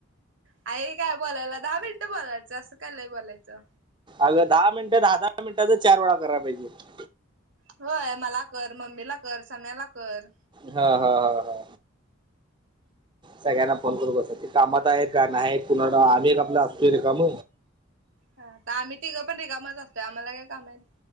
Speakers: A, on the right; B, on the right.
A: काही काय बोलायला दहा मिनटं बोलायचं असं कालंय बोलायचं.
B: अगं दहा मिनट दहा दहा मिनिटाच चार वेळा कराय पाहिजे.
A: होय, मला कर, मम्मीला कर, सम्याला कर.
B: हा हा हा हा सगळ्यांना फोन करत बसायचं. ते कामात आहेत का नाहीत कुणास ठाव आम्ही एक आपलं असतोय रिकाम
A: हा आम्ही तिघं पण रिकामच असतोय, आम्हाला काय काम आहेत?